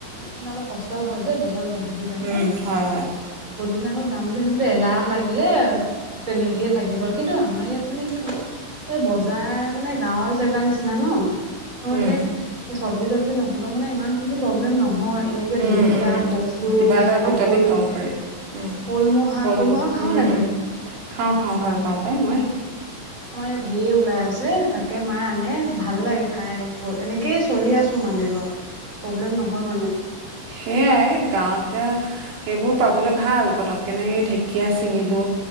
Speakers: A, on the right (about 15°); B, on the right (about 80°).
A: মানে অলপ সস্তাও হয় যায় বজাৰ গ গধূলি টাইমত
B: উম হয় হয়
A: গধূলি টাইমত যাম বুলি ভাবিলে এলাহ লাগিলে। তেনেকেই
B: উম
A: থাকি গ'ল কিন্তু আমাৰ ইয়াত মানে কি হয়। এই বজাৰ মানে গাঁৱৰ জেগাৰ নিচিনা ন ধৰ
B: উম
A: সেই এই চব্জি তবজি নহলেও মানে ইমান খিনি প্ৰব্লেম নহয়। এনেকে ঢেকীয়া
B: উম উম
A: কচু
B: কিবা এটা
A: আৰু
B: বুটলি
A: কল
B: খাব পাৰি উম
A: কলমৌহা
B: কল
A: কলমৌ শাক খাও
B: উম
A: নাই তই
B: উম খাওঁ খাওঁ ভাল পাওঁ পাই মই
A: আমাৰ ইয়াত ধঢেৰ ওলাই আছে তাকে মা আনে ভাল লাগে খাই হ'ল এনেকেই চলি আছো মানে ধৰ প্ৰব্লেম নহয় মানে
B: সেইয়াই গাঁৱতে এহ্ এহ্। সেইবোৰ পাবলে ভাল পতকে কেনে এই ঢেকীয়াই ছিঙিলো।